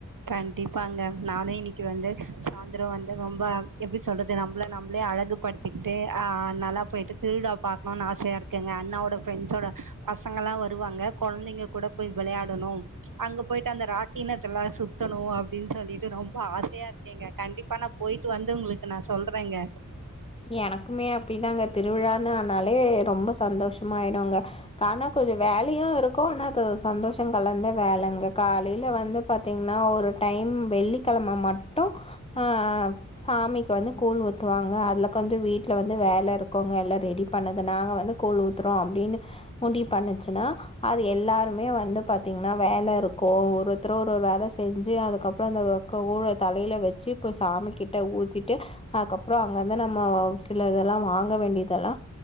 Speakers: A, on the right; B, on the left.
A: கண்டிப்பாங்க நானு இன்னிக்கு வந்து சாந்தரோ வந்து ரொம்ப எப்டி சொல்றது நம்பள நம்பளே அழகு படுத்திக்கிட்டு அ நல்லா போயிட்டு திருவிழா பாக்கணுன் ஆசையா இருக்குங்க அண்ணாவோட ஃப்ரெண்ட்ஸோட பசங்கல்லா வருவாங்க கொழந்தைங்க கூட போய் விளையாடணும் அங்க போயிட்டு அந்த ராட்டினத்தெல்லா சுத் தணு அப்டின் சொல்லிட்டு ரொம்ப ஆசையாருக்கேங்க கண்டிப்பா நா போயிட்டு வந்து உங்ளுக்கு நா சொல்றேங்க
B: எனக்குமே அப்டிதாங்க திருவிழான்னு ஆனாலே ரொம்ப சந்தோஷமாயிடுங்க கானா கொஞ்ச வேலையு இருக்கு ஆனா அது சந்தோஷ எங்க கால்லருந்து வேலங்க காலைல வந்து பாத்தீங்னா ஒரு டைம் வெள்ளிக்கெழம மட் டூ ஆ சாமிக்கு வந்து கூழ் ஊத்துவாங்க அதுல வீட்ல வந்து வேல இருக்குங்க எல்லா ரெடி பண்ணதனால வந்து கூழ் ஊத்றோ அப்டினு முடிவ் பண்ணுச்சுனா அது எல்லாருமே வந்து பாத்தீங்னா வேலருக்கு ஒருத்தரோ ஒரு ஒரு வேல செஞ்சி அதுக்கப்றோ அந்த வொக்க ஒல தலையில வச்சி இப்ப சாமிக் ட்ட ஊத்திட்டு அதுக்கப்பறம் அங்க இருந்து நம்ம மாவு சில இதெல்லா வாங்க வேண்டியதெல்லா